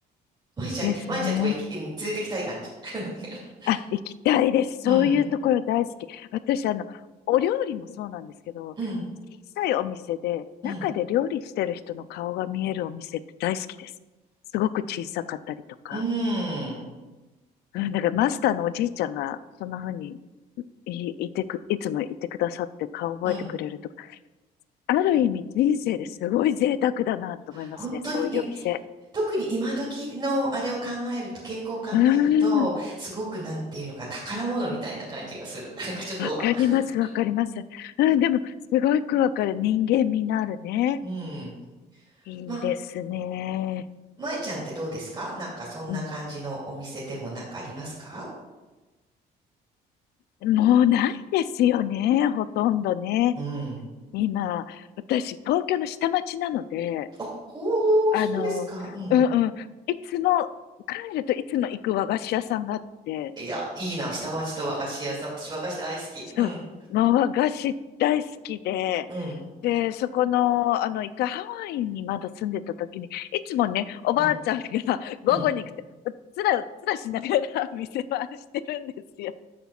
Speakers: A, on the right; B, on the left.
A: まいちゃん、
B: ですね。
A: まいちゃんとも行き、うん連れてきたい感じ。<laughs>
B: あ、行きたいです。そういうところ大好き。
A: うん、
B: 私、あの、お料理もそうなんですけど、
A: うん、
B: 小さいお店で、
A: うん、
B: 中で料理してる人の顔が見えるお店って大好きです。すごく小さかったりとか。
A: うん、
B: うん、だからマスターのおじいちゃんが、そんな風にい、いてく、いつもいてくださって顔覚えてくれるとか。
A: うん。
B: ある意味人生ですごい贅沢だなと思いますね。
A: 本当にい、
B: そういうお店。
A: 特に今時のあれを考えると、傾向を考えると、
B: うん。
A: すごくなんていうのか、宝物みたいな感じがする。<laughs> なんかちょっとオーバー。
B: わかります、わかります。うん、でも、すごくわかる。人間味のあるね。
A: うん。
B: いいですね。
A: ま、まえちゃんってどうですかなんかそんな感じのお店でもなんかありますか
B: うん。もうないですよね、ほとんどね。
A: うん。
B: 今、私、東京の下町なので、
A: あ、おー、
B: あの、
A: そうですか。うん。
B: うんうん、いつも、帰るといつも行く和菓子屋さんがあって、
A: いや、いいな、下町と和菓子屋さん。私和菓子大好き。
B: そう、
A: うん。
B: ま和菓子大好きで、
A: うん。
B: で、そこの、あの、一回ハワイにまだ住んでた時に、いつもね、おばあちゃんが
A: うん。
B: <laughs> 午後に来て、
A: うん。
B: うっつらうっつらしながら <laughs> 店番してるんですよ。